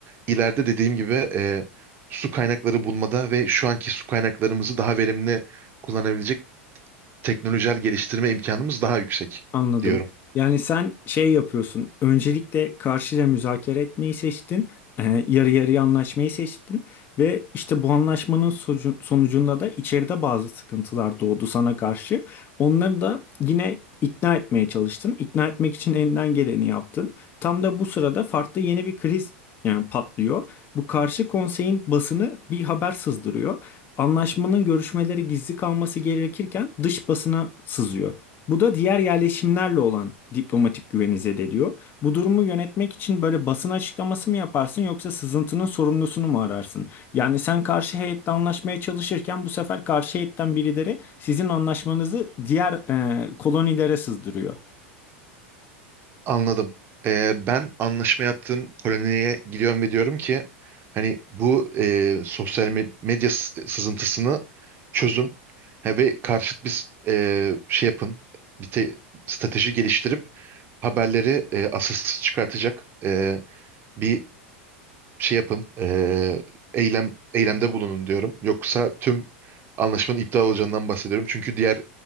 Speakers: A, on the right (about 30°); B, on the left (about 30°).
A: ileride dediğim gibi e, su kaynakları bulmada ve şu anki su kaynaklarımızı daha verimli kullanabilecek teknolojik geliştirme imkanımız daha yüksek
B: Anladım.
A: diyorum.
B: Yani sen şey yapıyorsun. Öncelikle karşıyla müzakere etmeyi seçtin. e, yarı yarıya anlaşmayı seçtin. Ve işte bu anlaşmanın socu- sonucunda da içeride bazı sıkıntılar doğdu sana karşı. Onları da yine ikna etmeye çalıştın. İkna etmek için elinden geleni yaptın. Tam da bu sırada farklı yeni bir kriz yani patlıyor. Bu karşı konseyin basını bir haber sızdırıyor. Anlaşmanın görüşmeleri gizli kalması gerekirken dış basına sızıyor. Bu da diğer yerleşimlerle olan diplomatik güveni zedeliyor. Bu durumu yönetmek için böyle basın açıklaması mı yaparsın yoksa sızıntının sorumlusunu mu ararsın? Yani sen karşı heyetle anlaşmaya çalışırken bu sefer karşı heyetten birileri sizin anlaşmanızı diğer e, kolonilere sızdırıyor.
A: Anladım. Ee, ben anlaşma yaptığım koloniye gidiyorum ve diyorum ki hani bu e, sosyal med- medya s- sızıntısını çözün Ha, ve karşıt bir s- e, şey yapın. Bir te- strateji geliştirip haberleri e, asılsız çıkartacak e, bir şey yapın, eee, eylem eylemde bulunun diyorum. Yoksa tüm anlaşmanın iptal olacağından bahsediyorum. Çünkü diğer